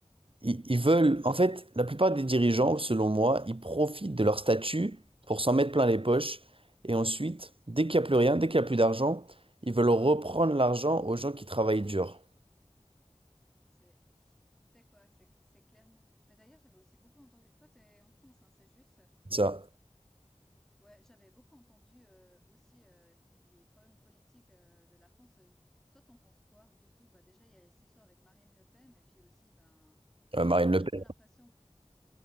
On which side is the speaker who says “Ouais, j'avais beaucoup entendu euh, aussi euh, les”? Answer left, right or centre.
Centre